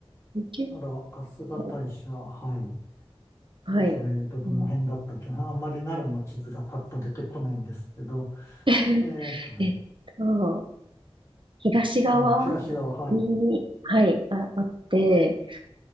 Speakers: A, on the right; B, on the left.
A: 結
B: なら、春日大社、
A: 構、
B: はい。
A: はい。
B: どえっと、どの辺だったっけな。
A: うん
B: あんまり奈良の地図がパッと出てこないんですけど、
A: <laughs>
B: えっと、
A: えっと、東側
B: うん、東側、はい。
A: に、はい、あ、あって、